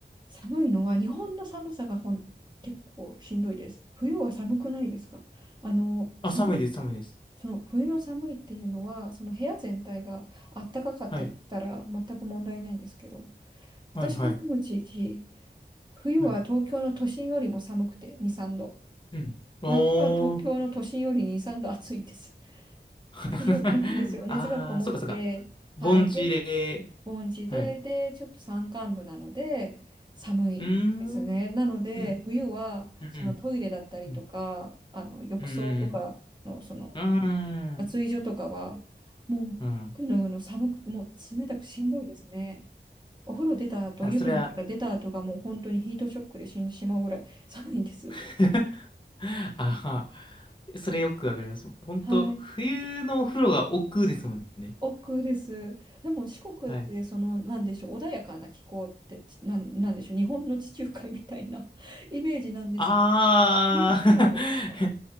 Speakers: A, on the right (about 25°); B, on the left (about 25°).
A: 寒いのは、日本の寒さがほん、結構しんどいです。冬は寒くないですかあの、
B: あ、
A: 寒い
B: 寒いです、寒いです。
A: その冬の寒いっていうのは、その部屋全体が暖かかったりしたら全く問題ないんですけど、
B: はい、
A: 私の住む地域、
B: はい、はい。
A: 冬は東京の都心よりも寒くて2、
B: はい
A: 3度。
B: うん。おー。
A: 夏は東京の都心より2、3度暑いです。
B: <laughs>
A: 悪条件なんですよ。熱がこもって、
B: ああ、そっかそっか。
A: はい。
B: 盆地で、
A: で、盆地で、
B: はい。
A: で、ちょっと山間部なので、寒いですね。
B: うーん、うん、
A: なので、
B: うん、
A: 冬は、
B: うん、
A: そのトイレだったりとか、
B: うん、
A: あの、浴槽とかの、
B: うん、う
A: その、
B: ん。
A: 水所とかは、もう服脱ぐの寒く、
B: うん
A: もう冷たくしんどいですね。お風呂出た後、
B: あ、
A: 湯船から出た後がもう本当にヒートショックで死んでしまうぐらい
B: それは
A: <laughs> 寒いんです。
B: <laughs> <laughs> ああ、それよくわかります。本当冬のお風呂が億劫ですもんね。
A: はい。奥です。でも四国ってそのなんでしょう穏やかな気候ってちなん、
B: はい。
A: なんでしょう日本の地中海みたいな <laughs> イメージなんですけど
B: ああ
A: 冬いかがですか
B: <laughs>